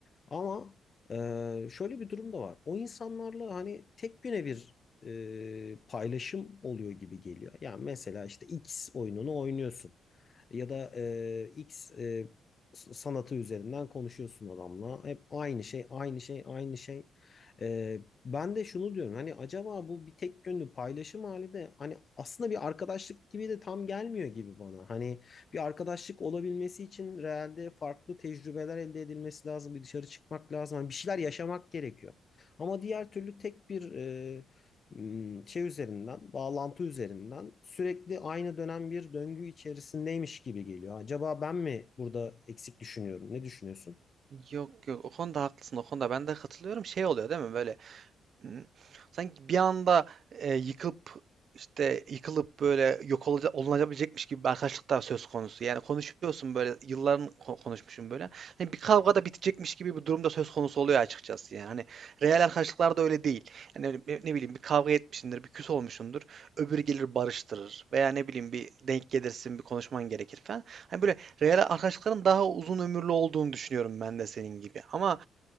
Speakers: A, on the left (about 45°); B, on the right (about 60°).
A: Ama e, şöyle bir durum da var. O insanlarla hani tek güne bir e, paylaşım oluyor gibi geliyor. Yani mesela işte X oyununu oynuyorsun ya da e, X e, sanatı üzerinden konuşuyorsun adamla. Hep aynı şey, aynı şey, aynı şey. E, ben de şunu diyorum hani acaba bu bir tek yönlü paylaşım hali de hani aslında bir arkadaşlık gibi de tam gelmiyor gibi bana. Hani bir arkadaşlık olabilmesi için realde farklı tecrübeler elde edilmesi lazım. Bir dışarı çıkmak lazım. Hani bir şeyler yaşamak gerekiyor. Ama diğer türlü tek bir e, ım, şey üzerinden, bağlantı üzerinden sürekli aynı dönem bir döngü içerisindeymiş gibi geliyor. Acaba ben mi burada eksik düşünüyorum? Ne düşünüyorsun?
B: Yok yok o konuda haklısın o konuda ben de katılıyorum şey oluyor değil mi böyle Hı. Sanki bir anda e, yıkılıp işte yıkılıp böyle yok olacak olunabilecekmiş gibi bir arkadaşlıklar söz konusu. Yani konuşuyorsun böyle yılların ko- konuşmuşum böyle. Hani bir kavga da bitecekmiş gibi bir durumda söz konusu oluyor açıkçası yani. Hani real arkadaşlıklar da öyle değil. Yani ne bileyim ne bileyim bir kavga etmişsindir, bir küs olmuşsundur. Öbürü gelir barıştırır veya ne bileyim bir denk gelirsin, bir konuşman gerekir falan. Hani böyle real arkadaşlıkların daha uzun ömürlü olduğunu düşünüyorum ben de senin gibi. Ama